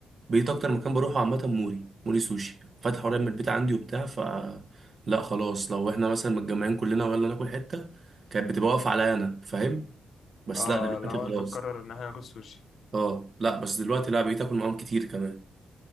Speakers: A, on the right (about 50°); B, on the left (about 70°).
A: بقيت اكتر مكان بروحه عامه موري موري سوشي فتح قريب من البيت عندي وبتاع ف لا خلاص لو احنا مثلا متجمعين كلنا ويلا ناكل حته كانت بتبقى واقفه عليا انا فاهم بس
B: اه
A: لا دلوقتي
B: لو
A: خلاص
B: انت تقرر ان احنا ناكل سوشي
A: اه لا بس دلوقتي لا بقيت اكل معاهم كتير كمان